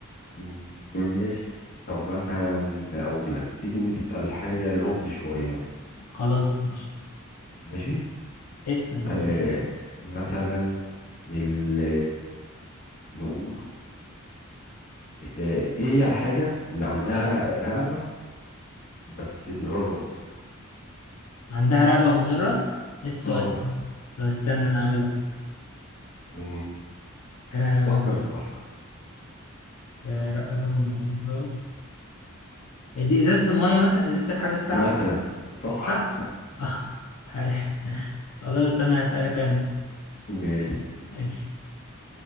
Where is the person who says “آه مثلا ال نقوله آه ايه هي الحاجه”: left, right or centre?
Left